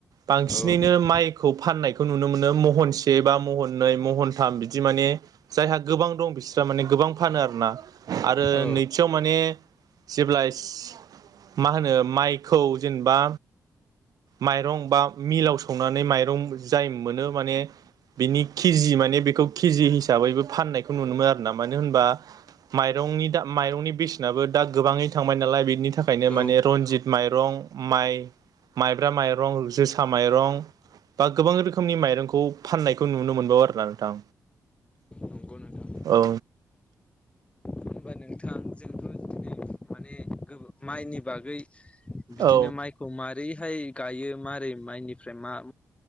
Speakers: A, on the right; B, on the left.
A: बांसिनैनो
B: औ
A: माइखौ फाननायखौ नुनो मोनो महनसे बा महननै महनथाम बिदि माने जायहा गोबां दं बिसोरहा माने गोबां फानो आरो ना। आरो
B: औ
A: नैथियाव माने जेब्ला इस मा होनो माइखौ जेनेबा माइरं बा मिलाव सौनानै माइरं जाय मोनो माने बिनि केजि माने बेखौ केजि हिसाबैबो फाननायखौ नुनो मोनो आरो ना माने होनबा माइरंनि दा माइरंनि बेसेनाबो दा गोबाङै थांबाय नालाय बिनि बिनि थाखैनो
B: औ
A: माने रनजित माइरं माइ माइब्रा माइरं जोसा सा माइरं बबा गोबां रोखोमनि माइरंखौ फान्नायखौ नुनो मोनबावो आरोना नोंथां।
B: नंगौ नोंथां
A: औ।
B: होमबा <unintelligible> माने माइनि बागै बिदिनो
A: औ
B: माइखौ माबारैहाय गायो मारै माइनिफ्राय मा